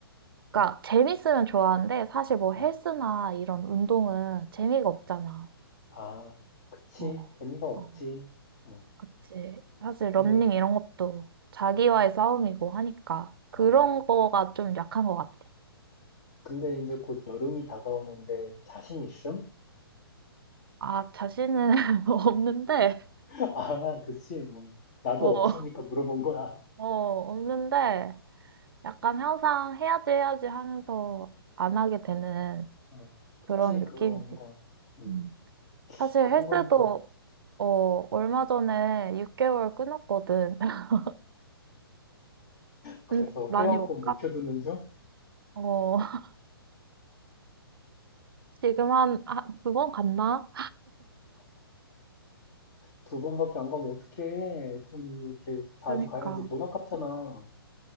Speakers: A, on the right (about 65°); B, on the left (about 45°).
A: 그러니까 재밌으면 좋아하는데, 사실 뭐
B: 어.
A: 헬스나 이런 운동은 재미가 없잖아.
B: 아, 그치.
A: 어,
B: 재미가 없지.
A: 어.
B: 어,
A: 그치. 사실
B: 근데,
A: 러닝 이런 것도 자기와의 싸움이고 하니까 그런
B: 어,
A: 거가 좀 약한 것 같아.
B: 근데 이제 곧 여름이 다가오는데 자신 있음?
A: 아, 자신은 <laughs> 없는데,
B: <laughs> 아, 그치. 어, 나도
A: 어,
B: 없으니까 물어본 거야.
A: 어, 없는데, 약간 항상 해야지 해야지 하면서 안 하게 되는
B: 어, 그치,
A: 그런 느낌이지.
B: 그런 건. 음,
A: 음. 사실
B: 그런
A: 헬스도,
B: 건 좀.
A: 어, 얼마 전에 6개월 끊었거든. <laughs>
B: 그래서
A: 근데 많이
B: 회원권
A: 못
B: 묵혀두는
A: 갔,
B: 중?
A: 어, <laughs> 지금 한, 아, 두번 갔나?
B: 두 번밖에 안 가면 어떡해. 좀 이렇게 자주
A: 그러니까,
B: 가야지. 돈 아깝잖아.